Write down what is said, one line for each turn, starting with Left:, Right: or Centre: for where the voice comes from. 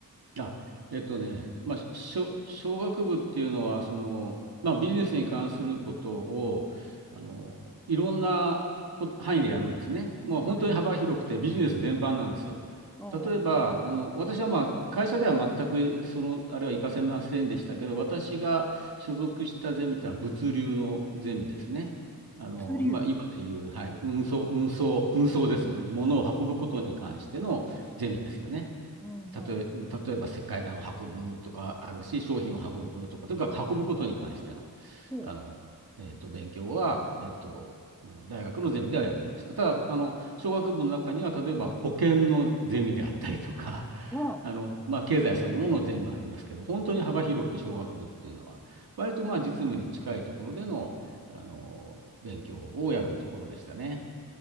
Right: あ、えっとね、まあ、しょ、商学部っていうのは、その、まあ、ビジネスに関することを、あの、いろんなこ範囲でやるんですね。もう本当に幅広くて、
Centre: はい。
Right: ビジネス全般なんですよ。
Centre: ああ、
Right: 例えば、あの、私はまあ、会社では全く、その、あれは活かせませんでしたけど、私が所属したゼミってのは物流のゼミですね。あの、
Centre: 物流。
Right: 今、今でいう、はい、運送、運送、運送ですよね。物を運ぶことに関してのゼミですよね。
Centre: ああ、
Right: 例え、例えば石灰岩を運ぶとかあるし、商品を運ぶとか、とにかく運ぶことに関しての、
Centre: ほう。
Right: あの、えっと、勉強は、えっと、うん大学のゼミではやってました。ただ、あの、商学部の中には、例えば保険のゼミであったりとか、
Centre: は、
Right: <laughs> あの、まあ、経済そのもののゼミもありますけど、本当に幅広く商学部っていうのは、割とまあ、実務に近いところでの、あの、勉強をやるところでしたね。